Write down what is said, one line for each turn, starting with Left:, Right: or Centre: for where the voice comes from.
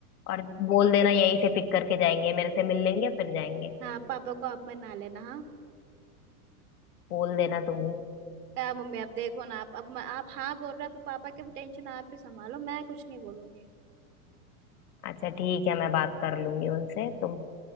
Left: और बोल देना यहीं से पिक करके जाएंगे मेरे से मिल लेंगे फिर जाएंगे
Right: हाँ पापा को आप मना लेना हाँ
Left: बोल देना तुम ही
Right: यार मम्मी आप देखो ना आप अब आप हाँ बोल रहे हो आप पापा की टेंशन आप ही संभालो मैं कुछ नहीं बोलूंगी
Left: अच्छा ठीक है मैं बात कर लूंगी उनसे तुम